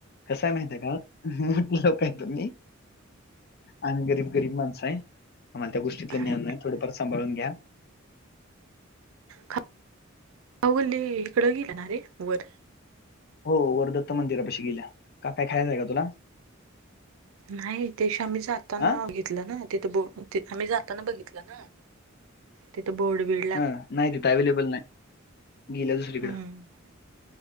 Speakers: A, on the left; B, on the right.
A: कसय माहिते का, मोठी लोकं आहे तुम्ही. आम्ही गरीब गरीब माणसं आहे, आम्हाला त्या गोष्टीतलं
B: हा
A: ज्ञान नाही थोडंफार सांभाळून घ्या.
B: खा <unintelligible> खाऊ गल्ली हिकडं गेल्याणा रे वर.
A: हो, वर दत्त मंदिरापाशी गेल्या. का, काय खायचा का. तुला
B: नाही ते दिवशी आम्ही जाताना
A: हा
B: बघित तल ना तिथ बोर्ड आम्ही जाताना बघितल ना. तिथं बोर्ड बिर्ड.
A: हा नाही तिथं अव्हेलेबल नाही, गेल्या दुसरीकडं.
B: हम्म